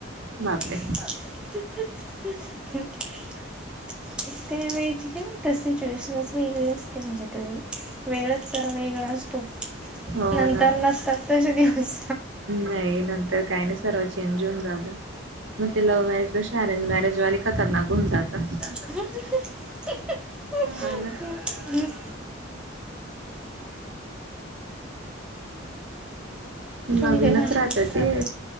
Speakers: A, on the right; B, in the centre.
A: बापरे
B: <inaudible>
A: <inaudible>
B: ते व का सिच्युएशनच वेगळी असते म्हणजे ते वेगळच जरा वेगळा असतो.
A: हो
B: नंतर
A: ना.
B: नसतात तझ दिवस
A: नाही न तर काही नाही सरव चेंज होऊन जात. मग ते लव्ह मॅरेज कशी अरेंज मॅरेजवाली खतरनाक होऊन जातात.
B: <inaudible>
A: हा ना नवीनच
B: तुम्ही काय माझ्या
A: राहतं
B: राहाता
A: ते